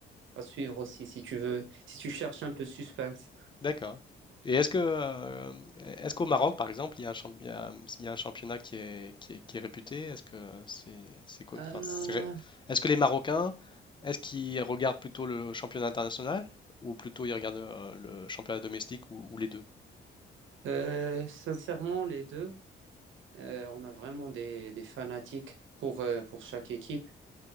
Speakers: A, on the right (about 75°); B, on the left (about 25°).
A: à suivre aussi, si tu veux, si tu cherches un peu de suspense.
B: D'accord. Et est-ce que, euh, est-ce qu'au Maroc, par exemple, il y a un, champ- il y a, il y a un championnat qui est, qui est, qui est réputé? Est-ce que c'est, c'est quoi-
A: Euh,
B: enfin, c'est ré- est-ce que les Marocains, est-ce qu'ils regardent plutôt le championnat international ou plutôt ils regardent euh, le championnat domestique ou, ou les deux?
A: euh, sincèrement, les deux, euh, on a vraiment des, des fanatiques pour, euh, pour chaque équipe.